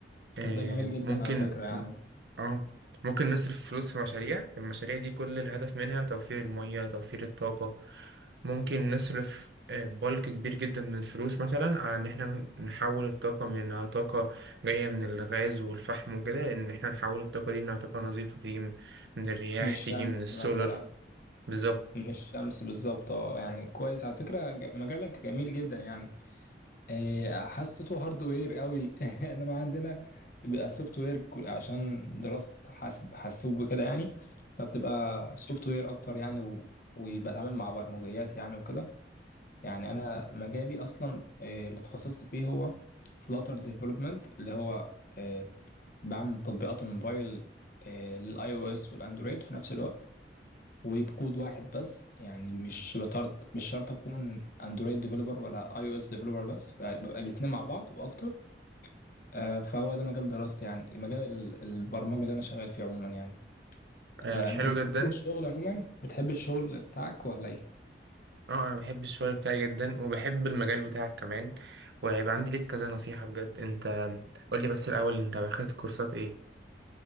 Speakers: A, on the right (about 75°); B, on the left (about 50°).
A: آه
B: طب ده جميل جدا
A: ممكن
B: على فكرة يعني
A: اه ممكن نصرف فلوس في مشاريع المشاريع دي كل الهدف منها توفير المية توفير الطاقة ممكن نصرف آه، بلك كبير جدا من الفلوس مثلا على ان احنا نحول الطاقة من انها طاقة جاية من الغاز والفحم وكده ان احنا نحول الطاقة دي انها طاقة نظيفة تيجي من من الرياح
B: مش
A: تيجي
B: شمس
A: من السولر
B: مثلا
A: بالظبط
B: مش شمس بالظبط اه يعني كويس على فكرة ج- مجالك جميل جدا يعني إيه، حسيته هاردوير قوي <laughs> انا ما عندنا بيبقى سوفت وير كل- عشان دراسة حاسب حاسوب وكده يعني فبتبقى سوفت وير اكتر يعني و... ويبقى اتعامل مع برمجيات يعني وكده يعني انا مجالي اصلا إيه، اللي اتخصصت فيه هو فلاتر ديفلوبمنت اللي هو إيه، بعمل تطبيقات الموبايل إيه، للاي او اس والاندرويد في نفس الوقت وبكود واحد بس يعني مش بطرد مش شرط اكون اندرويد ديفلوبر ولا اي او اس ديفلوبر بس فبقى الاتنين مع بعض واكتر آه، فهو ده مجال دراستي يعني مجال ال- البرمجة اللي انا شغال فيه عموما يعني
A: آه،
B: آه،
A: حلو
B: انت بتحب
A: جدا
B: الشغل عموما بتحب الشغل بتاعك ولا ايه
A: اه انا بحب الشغل بتاعي جدا وبحب المجال بتاعك كمان وهيبقى عندي ليك كذا نصيحة بجد انت قولي بس الاول انت اخدت كورسات ايه